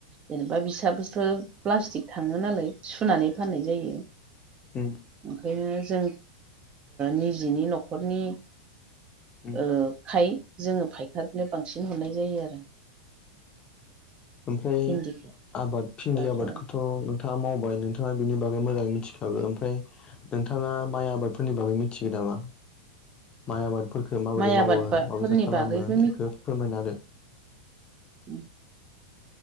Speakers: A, on the right; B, on the left.
A: जेनेबा बिसाबोथ' प्लास्टिक थाङो नालाय सुनानै फाननाय जायो
B: उम
A: ओंखायनो जों निजेनि न'खरनि
B: उम
A: ओ खाय जोङो फाइकनो बांसिन हरनाय जायो आरो
B: ओमफ्राय
A: भिन्दिखौ
B: आबाद भिन्दि
A: दाथ'
B: आबादखौथ' थ' नोंथाङा मावबाय नोंथाङा बेनि बागै मोजाङै मिथिखागो ओमफ्राय नोंथाङा माइ आबादफोरनि बागै मिथिगौ नामा माइ आबादफोरखौ माबोदि
A: माइ
B: मावो
A: आबाद
B: माबायसा
A: बा फोरनि
B: खालामो
A: बागैबो
B: बेखौ फोरमायना होदो
A: उम